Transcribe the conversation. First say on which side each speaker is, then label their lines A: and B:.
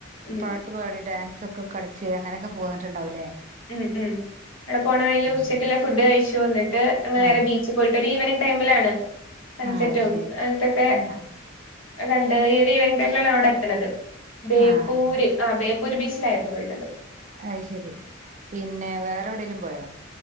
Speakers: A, on the left (about 70°); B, on the right (about 35°).
A: ഉം
B: പാട്ട് പാടി ഡാൻസൊക്കെ കളിച്ച് അങ്ങനൊക്കെ പോവ ണ്ടാവുവല്ലേ
A: മം മം അടെ പോണവഴീലെ ഉച്ചയ്ക്കുളള
B: ശരി
A: ഫുഡ് കഴിച് ട്ട് വന്നിട്ട് ട്ട് എട്ടുമണി
B: ആഹ്
A: വരെ ബീച്ചി പോയിട്ട് ഒരീവനിങ് <unintelligible> <unintelligible>
B: ആഹ് അത് ശരി ആഹ്
A: ഴിഞ്ഞാണവിടെത്തണത് ബേപ്പൂര്
B: ആഹ്
A: ആ ബേപ്പൂര് ബീച്ച് <unintelligible>
B: അതുശരി പിന്നെ വേറെവിടേലും പോയോ